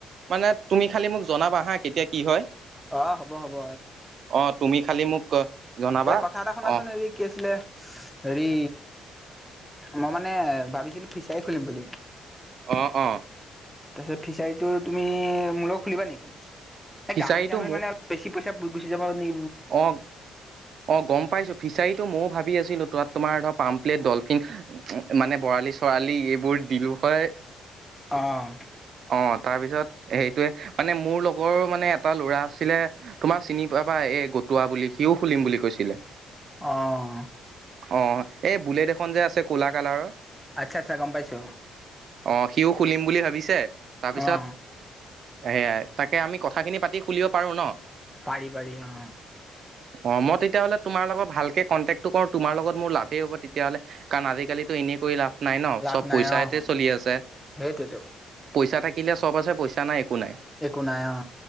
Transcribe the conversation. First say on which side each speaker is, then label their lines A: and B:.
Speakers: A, on the right (about 60°); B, in the centre.
A: মানে তুমি খালি মোক জনাবা হা কেতিয়া কি হয়
B: অঁ হ'ব হ'ব
A: অ তুমি খালি মোক জনাবা
B: এ কথা এটা শুনাচোন
A: অ
B: হেৰি কি আছিলে হেৰি মই মানে ভাবিছিলো ফিচাই খুলিম বুলি।
A: অ অ
B: তাৰপিছত ফিচাৰীটো তুমি মুলগত খুলিবা নেকি সেই
A: ফিচাৰীটো
B: গাহৰি চাহৰি মানে অলপ বেছি পইচা গুচি যাব নি
A: অঁ অঁ গম পাইছো ফিচাৰীত টো মইয়ো ভাবি আছিলো তাত তোমাৰ ধৰ পামপ্লেট, ডলফিন মানে বৰালি চৰালি এই বোৰ দিলোঁ হয়
B: অঁ
A: অঁ তাৰ পিছত সেইটোয়ে মানে মোৰ লগৰ মানে এটা ল'ৰা আছিলে তোমাৰ চিনি প বা এ গটোৱা বুলি সিও খুলিম বুলি কৈছিলে
B: অঁ
A: অঁ এই বুলেট এখন যে আছে কোলা কালাৰৰ
B: আচ্ছা আচ্ছা গম পাইছো।
A: অঁ সিওঁ খুলিম বুলি ভাবিছে তাৰপিছত
B: অঁ
A: সেয়াই তাকে আমি কথাখিনি পাতি খুলিব পাৰো ন।
B: পাৰি পাৰি অঁ
A: অঁ মই তেতিয়াহ'লে তোমাৰ লগত ভালকে কণ্টেক টো কৰো তোমাৰ লগত মোৰ লাভেই হ'ব তেতিয়াহ'লে কাৰণ আজি কালি টো এনেই কৰি লাভ নাই ন
B: লাভ
A: চব
B: নাই
A: পইচাতে
B: অঁ
A: চলি আছে
B: সেইটোৱেতো
A: পইচা থাকিলে চব আছে পইচা নাই। একো নাই
B: একো নাই অ